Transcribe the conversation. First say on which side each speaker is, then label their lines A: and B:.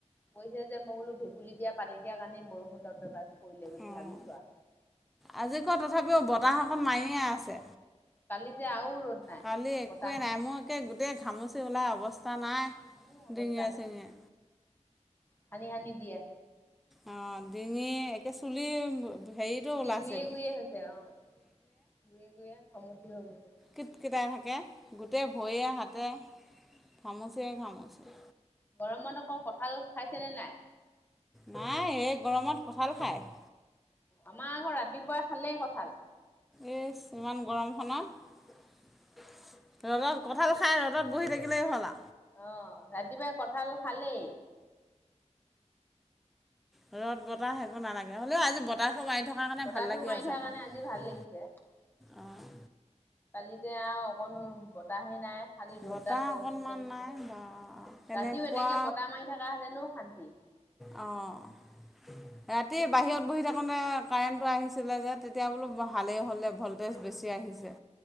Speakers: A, on the left (about 15°); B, in the centre.
A: পছে যে মই <unintelligible> পুলি দিয়া পাতি দিয়াৰ কাৰণেই বৰষুণ দ্ৰব্যৱ কৰিলে বুলি
B: অঁ
A: ভাবিছোঁ আ
B: আজি ক তথাপিও বতাহ অকণ মাৰিয়ে আছে
A: এতিয়া আৰু ৰ'দ নাই
B: কালি
A: অ',
B: একোৱে
A: বতাহ
B: নাই মই একে গোটেই ঘামচি ওলাই তা নাই
A: মোৰ অৱস্থা
B: ডিঙিয়ে
A: নাই
B: চিঙিয়ে।
A: সানি সানি দিয়ে।
B: অ', ডিঙি একে চুলি হেৰিটো
A: চুলি
B: ওলাইছেগৈ
A: গুৰিয়ে, গুৰিয়ে হৈছে অ', গুৰিয়ে, গুৰিয়ে ঘামচি হৈ গৈছে।
B: কিটকিটাই থাকে গোটেই ভৰিয়ে হাত তাতে ঘামুচিয়ে ঘামুচি
A: গৰমত আকৌ কঁঠাল খাইছেনে নাই?
B: নাই এই গৰমত কঁঠাল খাইছো।
A: আমাৰ আকৌ ৰাতিপুৱাই খালে কঁঠাল।
B: এইচ ইমান গৰমখনত। ৰ'দত কঁঠাল খাই ৰ'দত বহি থাকিলেই হ'লা।
A: অ' ৰাতিপুৱাই কঁঠাল খালি।
B: ৰ'দ বত বতাহ একো নালাগে হ'লেও আজি বতাহটো মাৰি থকাৰ কাৰণে
A: বতাহটো
B: ভাল লাগি
A: মাৰি
B: আছে
A: থকাৰ
B: অকণমান।
A: কাৰণে আজি ভাল লাগিছে।
B: অ'
A: কালি যে আৰু অকণো বতাহে নাই। খালি ৰ'দডাল
B: বতাহ
A: টেং
B: অকণমান
A: টেংকে দিছে,
B: নাই বা কেনেকুৱা
A: ৰাতিও এনেকে বতাহ মাৰি থকা হতেনো শান্তি।
B: অ'। ৰাতি বাহিৰত বহি থাকোতে কাৰেণ্টটো আহিছিলে যে তেতিয়া বোলো ভালেই হ'লে ভল বেছ বেছি আহিছে,